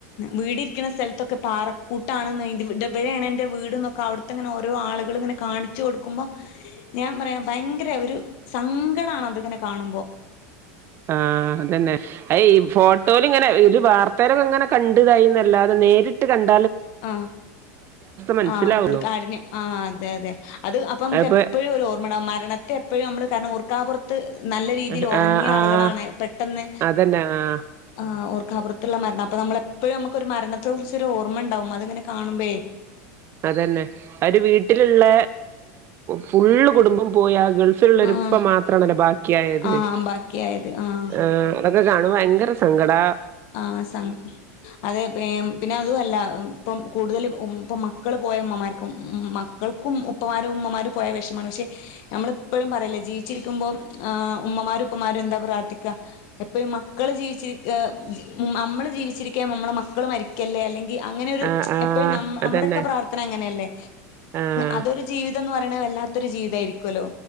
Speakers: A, on the left (about 50°); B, on the right (about 30°).
A: വീട് ഇരിക്കുന്ന സ്ഥലത്തൊക്കെ പാറക്ക് കൂട്ടാണെന്ന് <unintelligible> ഇവിടെയാണ് എൻ്റെ വീട്ന്നൊക്കെ അവിടുത്തെങ്ങനെ ഓരോ ആളുകളും ഇങ്ങെനെ കാണിച്ച് കൊടുക്കുമ്പോ ഞാൻ പറയാ ഭയങ്കര ത്ത ഒരു സങ്ക ട്ടാണ അതിങ്ങനെ കാണുമ്പോ
B: ആഹ അതന്നെ അ ഈ ഫോട്ടോൽ ഇങ്ങനെ ഇ ഒരു വാർത്തയിലൊക്കെ ഇങ്ങനെ കണ്ടതായി എന്നല്ല അത് നേരിട്ട് കണ്ട
A: ആ
B: മനസ്സിലാവുള്ളൂ
A: ആ ഒരു കാഠിന്യം ആ അതെ അതെ അത് അപ്പൊ നമുക്ക്
B: അതിപ്പോ
A: എപ്പോഴും ഒരു ഓർമ്മടും മരണത്തെ എപ്പോഴും നമ്മള് കാരണം ഓർ കാപുറത്ത് നല്ല രീതിയിൽ
B: ആഹ്
A: ഉറങ്ങിയ
B: ആഹ്
A: ആളുകളാണ് പെട്ടെന്ന്
B: അതന്നെ ആഹ്
A: ആ റഹ്മത്തുള്ളമരണം അപ്പ നമ്മളെപ്പോഴും നമുക്ക ഒരു മരണത്തെ കുറിച്ച ഒരു ഓർമ്മ ഉണ്ടാവും. അതങ്ങനെ കാണുമ്പേ
B: അതന്നെ അവര് വീട്ടിലുള്ള ഫുൾ കുടുംബം പോയ കൾ ള്ളപ്പ
A: ആഹ്
B: മാത്രണല്ലോ ബാക്കിയായത്.
A: ആഹ് ബാക്കിയായത് ആഹ്
B: ആ അതൊക്കെ കാണുമ ഭയങ്കര സങ്കട
A: ആ സം അതെ പിന്നെ അതുമല്ല ഇപ്പം കൂടുതലും ഇപ്പം മക്കൾ പോയ ഉമ്മമാർക്കും മക്കൾക്കും ഉപ്പമാരും ഉമ്മമാരും പോയ വിേഷമാണ് പക്ഷെ നമ്മളിപ്പോഴും പറയില്ല ജീവിച്ചിരിക്കുമ്പോൾ ഉമ്മമാരും ഉപ്പമാരും എന്താ പ്രാർത്ഥിക്കാ എപ്പോഴും മക്കൾ ജീവിച്ചിരിക്ക നമ്മള് ജീവിച്ചിരിക്കാ നമ്മളള് മക്കള് മരിക്കല്ലേ അല്ലെങ്കിൽ അങ്ങനെ ഒരു
B: ആഹ് ആഹ്
A: എപ്പഴും നമ്മുടെക്കെ
B: അതന്നെ
A: പ്രാർത്ഥന അങ്ങനെയല്ലേ
B: ആഹ്
A: അതൊരു ജീവിതംന്ന് പറ വേണ വല്ലാത്തരു ജീവിത ആരിക്കുമല്ലോ?